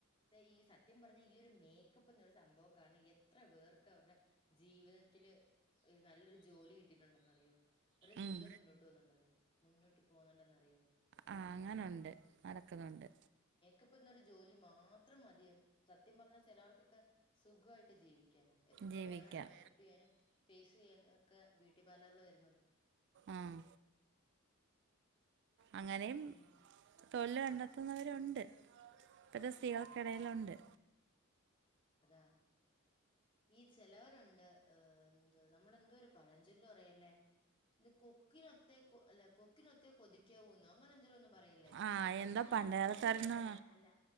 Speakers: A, on the left (about 25°); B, on the right (about 55°).
A: ഈ സത്യം പറഞ്ഞ ഈ ഒരു മേക്കപ്പ് എന്നൊരു സംഭവം കാരണം എത്ര പേർക്ക് അവരുടെ ജീവിതത്തില് ഒരു നല്ലൊരു ജോലി കിട്ടിട്ടുണ്ടെന്നറിയോ അവരുടെ
B: ഉം
A: ജീവിതം മുന്നോട്ട് പോകുന്നുണ്ടോ അറിയോ മുന്നോട്ട് പോകുന്നുണ്ടന്ന് അറിയോ
B: ആഹ് അങ്ങനുണ്ട് നടക്കുന്നുണ്ട്
A: ഇപ്പോന്നൊരു ജോലി മാത്രം മതിം സത്യം പറഞ്ഞാൽ ചിലവർക്കൊക്കെ സുഖായിട്ട് ജീവി ക്കാന് എത്ര
B: ജീവിക്കാം
A: പേരാണ് മേക്കപ്പ് ചെയ്യാനും ഫേസ് ചെയ്യാ ഒക്കെ ബ്യൂട്ടി പാർലറിൽ വരുന്നത്
B: ആഹ് അങ്ങനെം
A: ഉം
B: തൊഴില് കണ്ടെത്തുന്നവ രുണ്ട് ഇപ്പത്തെ സ്ത്രീകൾക്കെടയിലുണ്ട്
A: ആഹ് അതാ ഈ ചെലവരുണ്ട് ഏ എന്തുവാ നമ്മള് എന്തോ ഒരു പഴഞ്ചൊല്ലു പറയല്ലേ ഇത് കൊക്കിനൊത്തേ കൊ അല്ല കൊക്കിനൊത്തെ കൊതിക്കാവുന്നു അങ്ങനെ എന്തേലു ഒരണ്ണ പറയല്ലേ
B: ആ എന്താ
A: അല്ല
B: പണ്ടുകാലത്തായിരുന്നു
A: അല്ലല്ലല്ലല്ല അല്ല